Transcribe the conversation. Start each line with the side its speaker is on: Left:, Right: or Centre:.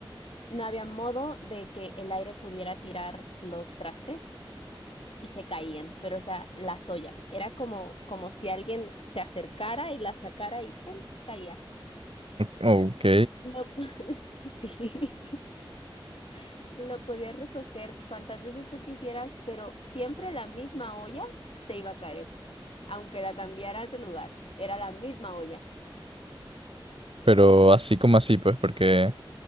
Left: no había modo de que el aire pudiera tirar los trastes y se caían, pero o sea, las ollas. Era como, como si alguien se acercara y la sacara y ¡pum! caía.
Right: Ok,
Left: Lo, <laughs> sí, <laughs> lo podías recoger cuantas veces tú quisieras, pero siempre la misma olla te iba a caer, aunque la cambiaras de lugar. Era la misma olla.
Right: pero así como así, pues, porque...